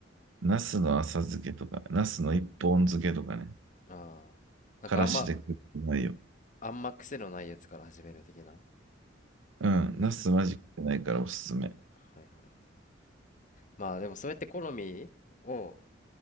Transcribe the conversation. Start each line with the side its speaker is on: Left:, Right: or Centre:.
Right: ナスの浅漬けとか、ナスの一本漬けとかね。
Left: ああーなんかあんま
Right: からしで食ってないよ。
Left: あんま癖のないやつから始める的な
Right: うん。
Left: うん
Right: ナスマジ食ってないからおすすめ。
Left: はいはいまあでもそうやって好みを